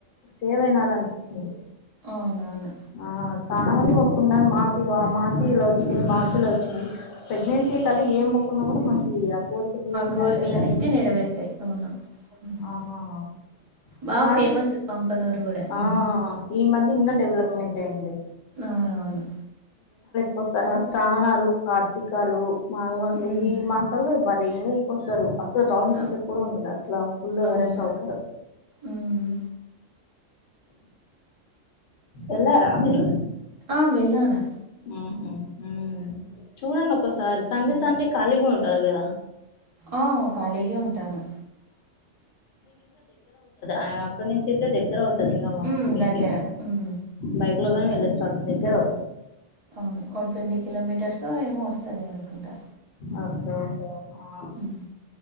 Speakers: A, on the left; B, on the right.
A: సేవ్ అయినార అనిపిచ్చింది.
B: అవునవును
A: ఆ చాలా మంది మొక్కున్నార్ మా ఇగ మాకి ఇలా వచ్చింది మాక్ ఇలా వచ్చింది ప్రెగ్నెన్సీయే కాదు ఏం మొక్కున్న గుడా మ ఈ ఆ కోరిక తీరింది
B: కోరికలనైతే
A: అంటున్నారు.
B: నెరవేరుతాయి అవును ఉమ్.
A: ఆ
B: బాగా ఫేమస్ పంపనూరు కూడా
A: ఆ
B: ఉమ్,
A: ఈ మద్ ఇంకా డెవలప్మెంట్ అయింది.
B: అవునవును.
A: కొస్తార శ్రావణాలు, కార్తీకాలు, మాఘమాసం
B: ఉమ్,
A: ఈ మాసాల్లో బట్ ఎక్కు వస్తరు అసల్ డౌన్ చేసేక
B: అవ్-
A: గుడా ఉండదు అట్లా ఫుల్
B: అవును
A: రష్ అవుతారు.
B: ఉమ్.
A: ఎళ్ళారా మీరు
B: ఆ వెళ్ళానా
A: ఆ మ్ చూడండ్ ఒసారి సండే
B: వెళ్ళాను
A: సండే ఖాళీగా ఉంటారు కదా
B: ఆ ఖాళీగే ఉంటాను.
A: ఆ అక్కడ్ నుంచి అయితే దగ్గర అవుతది ఇంకా మా
B: హ్మ్.
A: మీకి
B: దగ్గర. హ్మ్.
A: బైక్ లోగ ప్లస్ స్టార్స్ దగ్గరవు
B: అవును ఓ ట్వంటీ కిలోమీటర్సో ఏమో వస్తది అనుకుంటా
A: ఓకే ఓకే ఆ
B: హ్మ్.